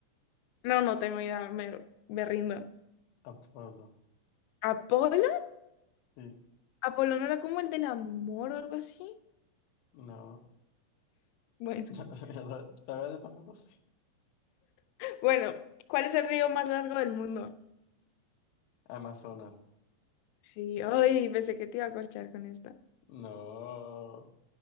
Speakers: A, on the left; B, on the left.
A: no, no tengo idea, me, me rindo.
B: Apolo.
A: ¿Apolo?
B: Sí,
A: ¿Apolo no era como el del amor o algo así?
B: no.
A: Bueno,
B: <laughs> La verdad la verdad yo tampoco sé.
A: <laughs> bueno, ¿cuál es el río más largo del mundo?
B: Amazonas.
A: Sí, ay, pensé que te iba a corchar con esta.
B: No.